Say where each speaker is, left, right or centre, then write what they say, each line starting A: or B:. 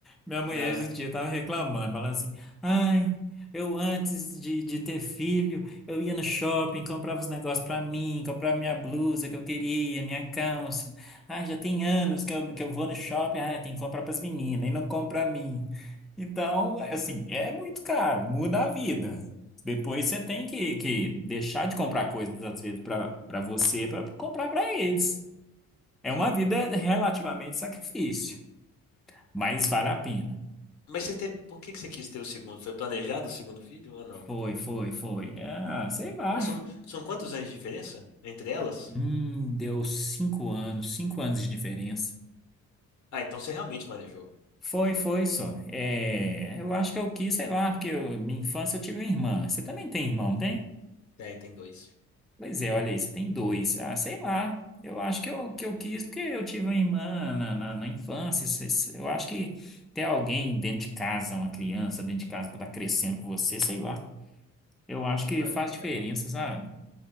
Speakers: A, in the centre; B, on the left.
A: minha mulher
B: Ah.
A: esse dia estava reclamando, falando assim: ai, eu antes de, de ter filho, eu ia no shopping, comprava os negócios para mim, comprava minha blusa que eu queria, minha calça. Ai, já tem anos que eu, que eu vou no shopping, ai, tem que comprar para as meninas e não compra para mim. Então, assim, é muito caro, muda a vida. Depois você tem que, que deixar de comprar coisas, às vezes, para para você, para comprar para eles. É
B: Hum.
A: uma vida relativamente sacrifício, mas vale a pena.
B: Mas você teve, por que que você quis ter o segundo? Foi planejado o segundo filho ou não?
A: Foi, foi, foi. Ah, sei lá.
B: É, são, são quantos anos de diferença entre elas?
A: Hum, deu cinco anos, cinco anos de diferença.
B: Ah, então você realmente planejou.
A: Foi, foi só. É, eu acho que eu quis, sei lá, porque eu- minha infância eu tive uma irmã. Você também tem irmão, não tem?
B: Tem, tem dois.
A: Pois é, olha aí, você tem dois. Ah, sei lá. Eu acho que eu, que eu quis porque eu tive uma irmã na, na, na infância. Se- se- Eu acho que ter alguém dentro de casa, uma criança dentro de casa para estar crescendo com você, sei lá. Eu acho
B: Tipo,
A: que
B: é,
A: faz diferença,
B: é bom.
A: sabe?